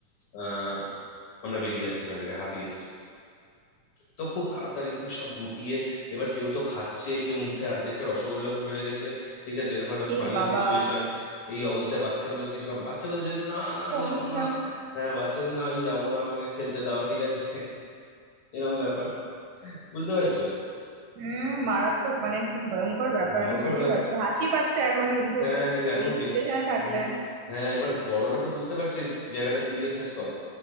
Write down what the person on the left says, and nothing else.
আহ আমরা বেরিয়ে যাচ্ছি এখান থেকে হাতি এসছে তো খুব তাড়াতাড়ি করে সব গুটিয়ে এবার কেউ তো খাচ্ছে কেউ মুখে অর্ধেকটা রসগোল্লা পুরে রেখেছে ঠিক আছে এরকম একটা
ফানি
সিচুয়েশন এই অবস্থায় বাচ্চাগুলোকে সব বাচ্চা বলছে যে না না
আমি
যাবো না হ্যাঁ বাচ্চা বলছে, না আমি যাবো না আমাকে খেলতে দাও ঠিক আছে এরম ব্যাপার বুঝতে পারছো
ভয়ঙ্কর
ব্যাপার
হ্যাঁ কিন্তু এখন
বে-
হুম। হ্যাঁ এবার বড়রা তো বুঝতে পারছে জায়গাটা সিরিয়াসনেস কত